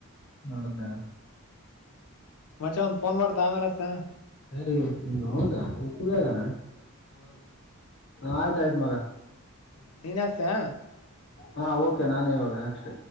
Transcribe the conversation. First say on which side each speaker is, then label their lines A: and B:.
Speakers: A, on the left; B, on the left.
A: ನೋಡ್ದೆ
B: ಮಚೆ ಒಂದ್ ಫೋನ್ ಮಾಡ್ದ ಆಮೇಲೆಸ
A: ನೀ ಹೌದಾ ಇಷ್ಟು ಬೇಗಾನ
B: ಹ್ಮ್ ಹ್ಮ್
A: ಆಯ್ತಾಯಯ್ತು ಮಗ
B: ಹ ನೀನಸೆ
A: ಹಾ ಓಕೆ ನಾನೇ ಇವಾಗ ನೆಕ್ಸ್ಟ್